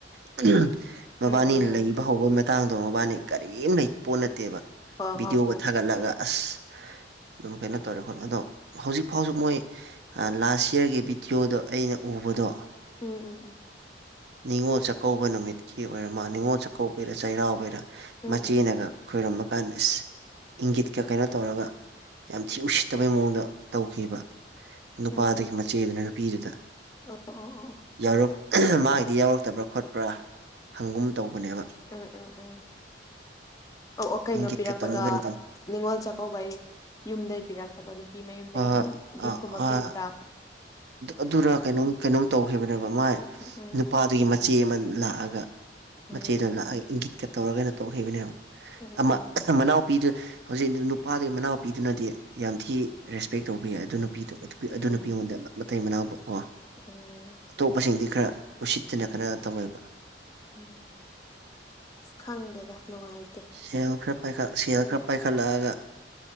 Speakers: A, on the right; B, on the left.
A: <unintelligible> ꯃꯕꯥꯅꯤ
B: ꯎꯝ ꯎꯝ ꯎꯝ
A: ꯂꯩꯕ ꯍꯧꯕꯩ ꯃꯇꯥꯡꯗꯣ ꯃꯕꯥꯅꯤ ꯀꯔꯤꯝ ꯂꯩꯄꯣꯠ ꯅꯠꯇꯦꯕ
B: ꯍꯣꯏ
A: ꯚꯤꯗꯤꯑꯣꯒ
B: ꯍꯣꯏ ꯍꯣꯏ
A: ꯊꯥꯒꯠꯂꯒ ꯑꯁ ꯑꯗꯨꯝ ꯀꯩꯅꯣ ꯇꯧꯔꯦ ꯈꯣꯠ ꯑꯗꯣ ꯍꯧꯖꯤꯛ ꯐꯥꯎꯁꯨ ꯃꯣꯏ ꯑꯥ ꯂꯥꯁ ꯌꯤꯑꯔꯒꯤ ꯚꯤꯗꯤꯑꯣꯗꯣ ꯑꯩꯅ ꯎꯕꯗꯣ
B: ꯎꯝ ꯎꯝ ꯎꯝ
A: ꯅꯤꯡꯉꯣꯜ ꯆꯥꯛꯀꯧꯕ ꯅꯨꯃꯤꯠꯀꯤ ꯑꯣꯏꯔꯃ ꯅꯤꯡꯉꯣꯜ ꯆꯥꯛꯀꯧꯕꯩꯔ ꯆꯩꯔꯥꯎꯕꯩꯔ
B: ꯎꯝ
A: ꯃꯆꯦꯅꯒ
B: ꯎꯝ
A: ꯈꯣꯏꯔꯃ ꯀꯥꯟꯗ ꯑꯁ ꯏꯪꯒꯤꯠꯀ ꯀꯩꯅꯣ ꯇꯧꯔꯒ ꯌꯥꯝ ꯊꯤ ꯎꯁꯤꯠꯇꯕꯩ ꯃꯑꯣꯡꯗ ꯇꯧꯈꯤꯕ ꯅꯨꯄꯥꯗꯨꯒꯤ
B: ꯎꯝ
A: ꯃꯆꯦꯗꯨꯅ ꯅꯨꯄꯤꯗꯨꯗ
B: ꯑꯣ ꯑꯣ ꯑꯣ
A: ꯌꯥꯎꯔꯛ ꯃꯥꯒꯤꯗꯤ ꯌꯥꯎꯔꯛꯇꯕ꯭ꯔꯥ ꯈꯣꯠꯄ꯭ꯔꯥ ꯍꯪꯒꯨꯝ ꯇꯧꯕꯅꯦꯕ
B: ꯎꯝ ꯎꯝ ꯎꯝ ꯑꯣ ꯑꯣ ꯀꯩꯅꯣ
A: ꯏꯪꯒꯤꯠꯀ
B: ꯄꯤꯔꯛꯄꯗꯣ
A: ꯇꯧꯔꯒ ꯀꯩꯅꯣ ꯇꯧ
B: ꯅꯤꯉꯣꯜ ꯆꯥꯛꯀꯧꯕꯩ ꯌꯨꯝꯗꯒꯤ ꯄꯤꯔꯛꯄꯗꯣ ꯅꯨꯄꯤ ꯃꯌꯨꯝꯗꯒꯤ
A: ꯍꯣꯏ ꯍꯣꯏ
B: ꯁꯨꯝ ꯒꯤꯐꯀꯨꯝꯕ
A: ꯑꯥ ꯑꯥ
B: ꯄꯤꯕꯗꯣ
A: ꯑꯗꯨꯔ ꯀꯩꯅꯣꯝ ꯀꯩꯅꯣꯝ ꯇꯧꯈꯤꯕꯅꯦꯕ ꯃꯥꯏ
B: ꯎꯝ ꯎꯝ
A: ꯅꯨꯄꯥꯗꯨꯒꯤ ꯃꯆꯦ ꯑꯃ ꯂꯥꯛꯑꯒ
B: ꯎꯝ
A: ꯃꯆꯦꯗꯨꯅ
B: ꯎꯝ
A: ꯂꯥꯛꯑꯒ ꯏꯪꯒꯤꯠꯀ ꯇꯧꯔꯒꯩꯅ ꯇꯧꯈꯤꯕꯅꯦꯕ
B: ꯎꯝ
A: ꯑꯃ ꯃꯅꯥꯎ ꯅꯨꯄꯤꯗꯨ ꯍꯧꯖꯤꯛ ꯅꯨꯄꯥꯗꯨꯒꯤ ꯃꯅꯥꯎꯄꯤꯗꯨꯅꯗꯤ ꯌꯥꯝ ꯊꯤ ꯔꯦꯁꯄꯦꯛ ꯇꯧꯕꯤ ꯌꯦ ꯑꯗꯨ ꯅꯨꯄꯤꯗꯣ
B: ꯎꯝ
A: ꯑꯗꯨ ꯅꯨꯄꯤ ꯑꯩꯉꯣꯟꯗ ꯃꯇꯩ ꯃꯅꯥꯎꯕ ꯀꯣ
B: ꯎꯝ
A: ꯑꯇꯣꯞꯄꯁꯤꯡꯗꯤ ꯈꯔ ꯎꯁꯤꯠꯇꯅ ꯈꯔ ꯇꯧꯋꯦꯕ
B: ꯎꯝ ꯑꯁ ꯈꯪꯗꯦꯗ ꯅꯨꯡꯉꯥꯏ
A: ꯁꯦꯜ ꯈ꯭ꯔ ꯄꯥꯏꯈꯠ ꯁꯦꯜ ꯈ꯭ꯔ ꯄꯥꯏꯈꯠꯂꯛꯑꯒ